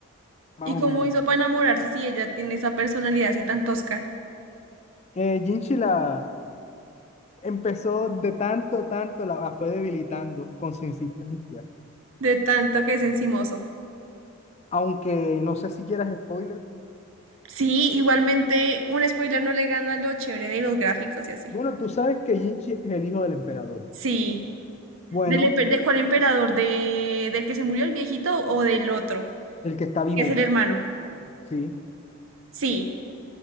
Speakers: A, on the left (about 30°); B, on the right (about 65°).
A: más
B: ¿Y
A: o
B: cómo
A: menos.
B: hizo para enamorarse si ella tiene esa personalidad así tan tosca,
A: Eh, Jinchi la empezó de tanto, tanto, la, la fue debilitando con su insistencia.
B: de tanto que es encimoso?
A: Aunque no sé si quieras spoiler.
B: Sí, igualmente un spoiler no le gana lo chévere de los gráficos y así.
A: Bueno, tú sabes que Jinchi es el hijo del emperador.
B: Sí.
A: Bueno,
B: ¿Del empe- de cuál emperador? ¿De, del que se murió el viejito o del otro?
A: el que está vivo,
B: Que es el hermano.
A: sí.
B: Sí.